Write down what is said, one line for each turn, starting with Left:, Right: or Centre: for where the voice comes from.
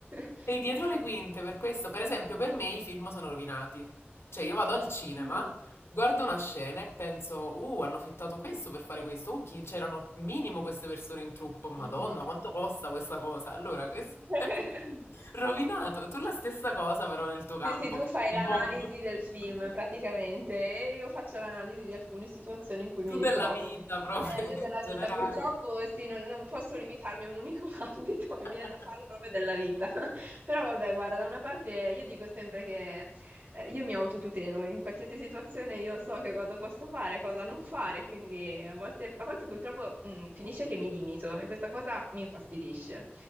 Right: <laughs>
Left: Sei dietro le quinte per questo. Per esempio, per
Right: Sì.
Left: me i film sono rovinati. Cioè, io vado al cinema,
Right: Mm.
Left: guardo una scena e penso, uh, hanno fittato questo per fare questo. Uh, chi- c'erano minimo queste persone in truppo. Madonna,
Right: Mhm.
Left: quanto costa questa cosa? Allora, questo
Right: <laughs>
Left: <laughs> è rovinato. Tu la stessa cosa, però, nel tuo campo,
Right: Sì, sì, tu
Left: che
Right: fai
Left: è il
Right: l'analisi
Left: mondo.
Right: del film
Left: <laughs>
Right: praticamente e io faccio l'analisi di alcune situazioni in cui mi
Left: Tu
Right: ritrovo.
Left: della vita, proprio,
Right: Eh,
Left: in
Right: io della vita,
Left: generale.
Right: purtroppo, sì, non, non posso limitarmi a un unico <laughs> ambito, mi
Left: <laughs>
Right: viene da farlo proprio della vita. <laughs> Però vabbè, guarda, da una parte io dico sempre che eh, io mi autotutelo, in qualsiasi situazione io so che cosa posso fare, cosa non fare, quindi a volte, a volte purtroppo mh, finisce che mi limito e questa cosa mi infastidisce,